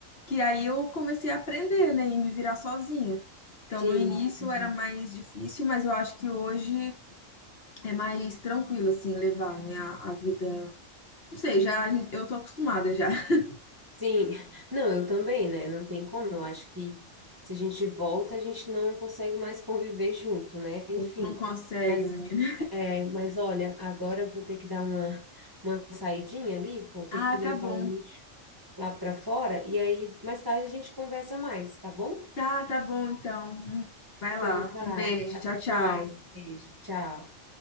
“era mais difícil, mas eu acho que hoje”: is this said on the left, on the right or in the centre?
Left